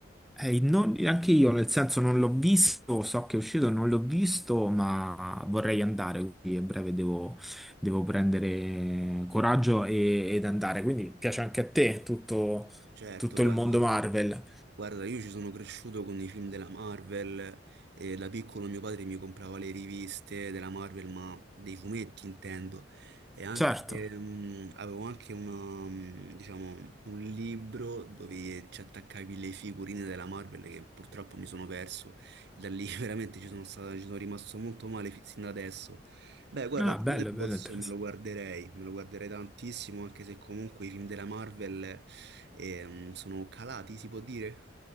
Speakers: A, in the centre; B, on the right.
A: Eh, non- anche io, nel senso, non l'ho visto, so che è uscito, non l'ho visto, ma vorrei andare, quindi a breve devo, devo prendere coraggio e- ed andare. Quindi piace anche a te tutto,
B: Certo,
A: tutto
B: guarda,
A: il mondo Marvel.
B: guarda, io ci sono cresciuto con i film della Marvel e da piccolo mio padre mi comprava le riviste della Marvel, ma dei fumetti intendo, e anche,
A: Certo.
B: ehm, avevo anche una, mm, diciamo, un libro dove ci attaccavi le figurine della Marvel che purtroppo mi sono perso, e da lì <laughs> veramente ci sono stato, ci sono rimasto molto male fi- sin da adesso. Beh, guarda,
A: Ah,
B: Thunderbolts
A: bello, bello, interessante.
B: me lo guarderei, me lo guarderei tantissimo, anche se comunque i film della Marvel ehm, sono calati, si può dire?